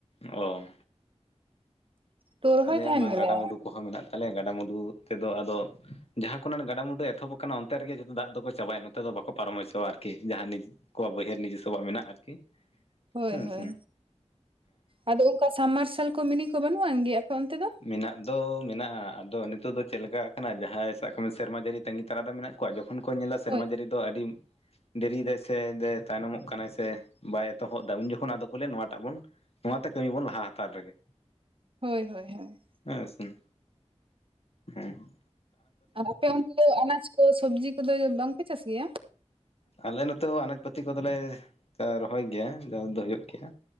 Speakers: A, on the left; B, on the right.
A: ᱚ
B: ᱛᱚ ᱨᱚᱦᱚᱭ
A: ᱟᱞᱮᱭᱟᱜ
B: ᱛᱟᱦᱮᱱ
A: ᱢᱟ
B: ᱜᱮᱞᱮ
A: ᱜᱟᱰᱟᱼᱢᱩᱰᱩ ᱠᱚᱦᱚᱸ ᱢᱮᱱᱟᱜ ᱛᱟᱞᱮᱭᱟ ᱜᱟᱰᱟᱼᱢᱩᱰᱩ ᱛᱮᱫᱚ ᱟᱫᱚ ᱡᱟᱦᱟᱸ ᱠᱷᱚᱱᱟᱜ ᱚᱱᱟ ᱜᱟᱰᱟ-ᱢᱩᱰᱩ ᱮᱛᱚᱦᱚᱵ ᱟᱠᱟᱱᱟ ᱚᱱᱛᱮ ᱨᱮᱜᱮ ᱡᱚᱛᱚ ᱫᱟᱜ ᱫᱚᱠᱚ ᱪᱟᱵᱟᱭᱟ ᱱᱚᱛᱮ ᱫᱚ ᱵᱟᱠᱚ ᱯᱟᱨᱚᱢ ᱦᱚᱪᱚᱣᱟ ᱟᱨᱠᱤ ᱡᱟᱦᱟᱸ ᱱᱤᱡ ᱠᱚ ᱵᱟᱹᱭᱦᱟᱹᱲ ᱱᱤᱡᱮᱥᱥᱚᱣᱟᱜ ᱢᱮᱱᱟᱜᱼᱟ ᱟᱨᱠᱤ
B: ᱦᱳᱭ
A: ᱦᱮᱸ
B: ᱦᱳᱭ,
A: ᱥᱮ
B: ᱟᱫᱚ ᱚᱱᱠᱟ ᱥᱟᱢᱢᱟᱨᱥᱟᱞ ᱠᱚ ᱢᱤᱱᱤ ᱠᱚ ᱵᱟᱹᱱᱩᱜ ᱟᱱ ᱜᱮ ᱟᱯᱮ ᱚᱱᱛᱮ ᱫᱚ
A: ᱢᱮᱱᱟᱜ ᱫᱚ ᱢᱮᱱᱟᱜᱼᱟ ᱟᱫᱚ ᱱᱤᱛᱳᱜ ᱫᱚ ᱪᱮᱫ ᱞᱮᱠᱟ ᱠᱟᱱᱟ ᱡᱟᱦᱟᱸᱭ ᱥᱟᱵ ᱠᱟᱜ ᱢᱮ ᱥᱮᱨᱢᱟ ᱡᱟᱹᱲᱤ ᱛᱟᱸᱜᱤ ᱛᱟᱨᱟᱜ ᱨᱮ ᱢᱮᱱᱟᱜ ᱠᱚᱣᱟ ᱡᱚᱠᱷᱚᱱ ᱠᱚ ᱧᱮᱞᱟ ᱥᱮᱨᱢᱟ
B: ᱦᱳᱭ
A: ᱡᱟᱲᱤ ᱫᱚ ᱟᱹᱰᱤ ᱫᱮᱨᱤᱭᱮᱫᱟᱭ ᱥᱮ ᱫᱮ ᱛᱟᱭᱱᱚᱢᱚᱜ ᱠᱟᱱᱟᱭ ᱥᱮ ᱵᱟᱭ ᱮᱛᱚᱦᱚᱵ ᱮᱫᱟ ᱩᱱ ᱡᱚᱠᱷᱚᱱ ᱟᱫᱚ ᱠᱚ ᱱᱚᱣᱟᱴᱟᱜ ᱵᱚᱱ ᱱᱚᱣᱟᱛᱮ ᱠᱟᱹᱢᱤ ᱵᱚᱱ ᱞᱟᱦᱟ ᱦᱟᱛᱟᱲ ᱨᱮᱜᱮ
B: ᱦᱳᱭ ᱦᱳᱭ ᱦᱳᱭ
A: ᱦᱮᱸ ᱥᱮ, ᱦᱩᱸ
B: ᱟᱨ ᱟᱯᱮ ᱚᱱᱛᱮ ᱫᱚ ᱟᱱᱟᱡ ᱠᱚ ᱥᱚᱵᱽᱡᱤ ᱠᱚᱫᱚ ᱵᱟᱝᱯᱮ ᱪᱟᱥ ᱜᱮᱭᱟ
A: ᱟᱞᱮ ᱱᱚᱛᱮ ᱦᱚ ᱟᱱᱟᱡ ᱯᱟᱹᱛᱤ ᱠᱚᱫᱚᱞᱮ ᱨᱚᱦᱚᱭ ᱜᱮᱭᱟ ᱡᱚᱢ ᱫᱚ ᱦᱩᱭᱩᱜ ᱜᱮᱭᱟ